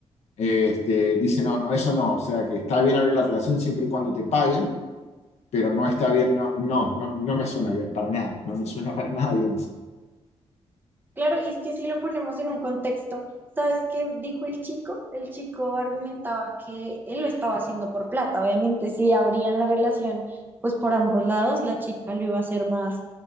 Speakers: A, on the left; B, on the right.
A: este, dice, no, no, eso no, o sea, que está bien abrir la relación siempre y cuando te paguen, pero no está bien, no, no, no, no me suena bien, para nada, no me suena para nada bien eso.
B: claro, y es que si lo ponemos en un contexto, ¿sabes qué dijo el chico? El chico argumentaba que él lo estaba haciendo por plata. Obviamente, si abrían la relación, pues por ambos lados, la chica lo iba a hacer más,